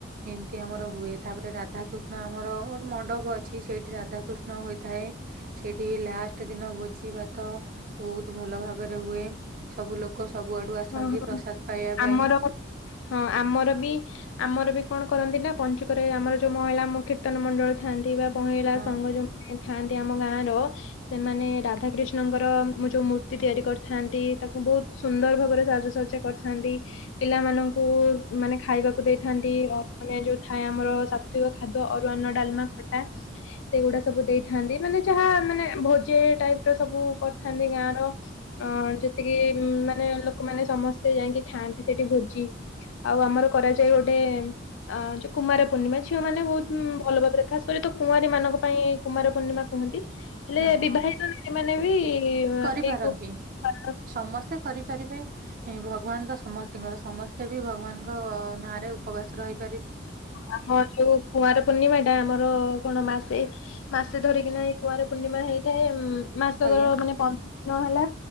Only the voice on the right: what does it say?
ଏମିତି ଆମର ହୁଏ। ତାପରେ ରାଧାକୃଷ୍ଣ ଆମର ଗୋଟେ ମଣ୍ଡପ ଅଛି ସେଇଠି ରାଧାକୃଷ୍ଣ ହୋଇଥାଏ ସେଇଠି ଲା ଫାଷ୍ଟ ଦିନ ଭୋଜି ଭା ତ ବହୁତ ଭଲ ଭାବରେ ହୁଏ ସବୁ ଲୋକ ସବୁଆଡୁ ଆସନ୍ତି
ପ୍ରସାଦ ପାଇବା ପାଇଁ।
ହଁ
ହଁ
କରିପାରନ୍ତି
ସମସ୍ତେ କରିପାରିବେ ଭଗବାନ ତ ସମସ୍ତିଙ୍କର ସମସ୍ତେ ବି ଭଗବାନଙ୍କ ନାଁରେ ଉପବାସ ରହି
ଆଜ୍ଞା